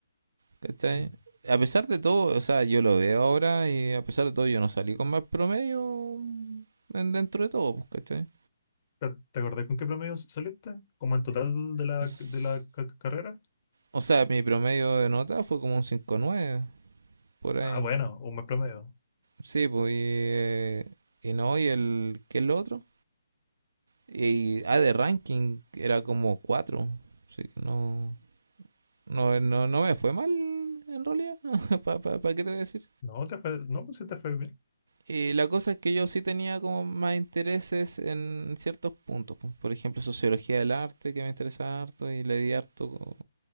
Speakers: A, on the right; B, on the left.
A: ¿cachai?
B: Mm.
A: A pesar de todo, o sea, yo lo veo ahora y a pesar de todo yo no salí con más promedio en- dentro de todo, pues, ¿cachai?
B: ¿Te, te acordás con qué promedio saliste? ¿Como en total de la,
A: S-
B: de la ca- carrera?
A: O sea, mi promedio de nota fue como un cinco coma nueve por ahí.
B: Ah, bueno, un buen promedio.
A: Sí, pues, y, eh, y no, y el, ¿qué es lo otro? Y, ah, de ranking era como 4. así que no, no, no, no me fue mal en realidad, <laughs> ¿para qué te voy a decir?
B: No, te fue, no, pues sí te fue bien.
A: Y la cosa es que yo sí tenía como más intereses en ciertos puntos. po. Por ejemplo, sociología del arte, que me interesaba harto, y le di harto co-